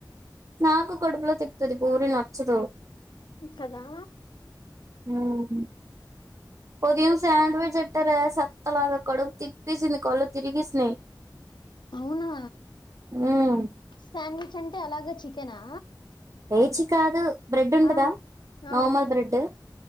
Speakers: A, on the right; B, on the left.
A: నాకు కడుపులో తిపుతుంది పూరి నచ్చదు
B: కదా
A: హమ్ ఉదయం శాండ్విచ్ ఎట్టారే లాగా కడుపు తిప్పేసింది కళ్ళు తిరిగిసినాయి
B: అవునా
A: మ్మ్
B: శాండీ అంటే అలాగా చికెనా
A: ఏ చి కాదు బ్రెడ్ ఉండదా
B: ఆ ఆ
A: నార్మల్ బ్రెడ్